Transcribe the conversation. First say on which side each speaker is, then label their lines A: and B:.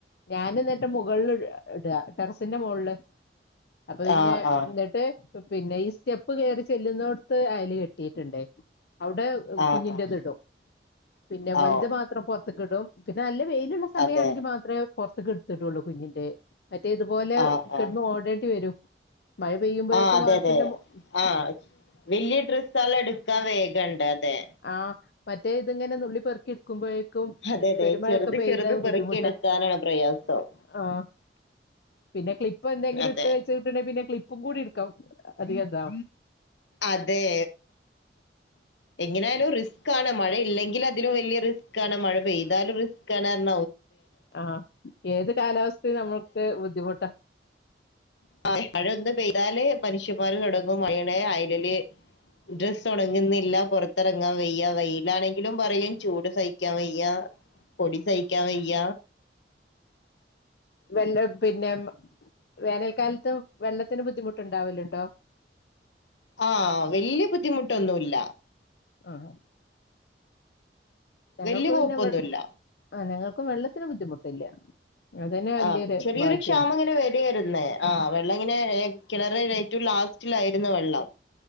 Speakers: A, on the left; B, on the left.
A: ഞാന് ഇന്നട്ട് മുകളിൽ ഇടാ, ടെറസിന്റെ മോളില്. അപ്പൊ, പിന്നെ,
B: ആഹ് ആഹ്
A: ഇന്ന്ട്ട്- പിന്നെ, ഈ സ്റ്റെപ്പ് കേറി ചെല്ല്ന്നോടത്ത് അയല് കെട്ടി യിട്ട്ണ്ട് അവ്ടെ-
B: ആഹ്
A: കുഞ്ഞിന്റെ
B: ആഹ്
A: ത്ടും. പിന്നെ,
B: ആ
A: വൽത്
B: ഓ
A: മാത്രം പൊറതിക്ക് ഇടും. പിന്നെ, നല്ല വെയില്ള്ള സമയാണെങ്കി
B: അതെ
A: മാത്രേ പൊറത്ത്ക്ക്‌ ടൊള്ളു കുഞ്ഞിന്റെ. മറ്റേത്, ഇത് പോലെ
B: ആഹ്
A: കെടന്ന്
B: ആഹ്
A: ഓടേണ്ടി വരും. മഴ പെയ്യുമ്പൊഴേക്കും
B: ആഹ് അതെ
A: വാർപ്പിന്റെ
B: അതെ
A: മോ -
B: ആഹ്, വല്യ ഡ്രസ്സാള് എടുക്കാ വേഗം ണ്ട്. അതെ
A: ആഹ്, മറ്റേ ഇതിങ്ങനെ നുള്ളി പെറുക്കി ഇടുക്കുമ്പോഴേക്കും
B: അതെ അതെ
A: പെരുമഴ
B: ചെറുത്
A: ക്കെ പെയ്താ,
B: ചെറുത്
A: അത്
B: പെറുക്കിയെടുക്കാനാണ്
A: ബുദ്ധിമുട്ടാ,
B: പ്രയാസം
A: ആഹ് പിന്നെ, ക്ലിപ്പ് എന്തെങ്കിലും
B: അതെ
A: ഇട്ട് വച്ച, പിന്നെ, പിന്നെ ക്ലിപ്പും കൂടി ഇട്ക്ക അധികംതാ
B: അതെ, എങ്ങന യാലും റിസ്കാണ്. മഴ യില്ലെങ്കില ഇല്ലെങ്കിലും വല്യ റിസ്കാണ്. മഴ പെയ്താലും റിസ്കാണ്. ആവും.
A: ആഹ് ഏത് കാലാവസ്ഥയും നമ്മൾക്ക് ബുദ്ധിമുട്ടാ
B: ആ മഴ ഒന്ന് പെയ്താല് മനുഷ്യമ്മാര് തൊടങ്ങും മഴേണ് അയലില് ഡ്രസ്സ് ഉണങ്ങുന്നില്ല പുറത്തെറങ്ങാൻ വയ്യ വെയിലാണെങ്കിലും പറയും ചൂട് സഹി ക്കാൻ വയ്യ പൊടി സഹിക്കാൻ വയ്യ
A: വെള്ള പിന്നെ വേനൽക്കാലത്ത് വെള്ളത്തിന് ബുദ്ധിമുട്ടുണ്ടാവലുണ്ടോ?
B: ആഹ് വല്ല്യ ബുദ്ധിമുട്ടൊന്നൂല്ല
A: ആഹാ ഞങ്ങൾക്ക്
B: വലിയ കുഴപ്പമൊന്നുമില്ല
A: പിന്നെ ഇവെ ആ ഞങ്ങൾക്കും വെള്ളത്തിന് ബുദ്ധിമുട്ടില്ല അതന്നെ വലിയൊരു
B: ആഹ് ചെറിയൊരു
A: ഭാഗ്യാണ്
B: ക്ഷാമങ്ങനെ വര് പ്പി വരുന്നെ ആ വെള്ളങ്ങനെ കിണറ് ഏറ്റവും ലാസ്റ്റിലായിരുന്നു വെള്ളം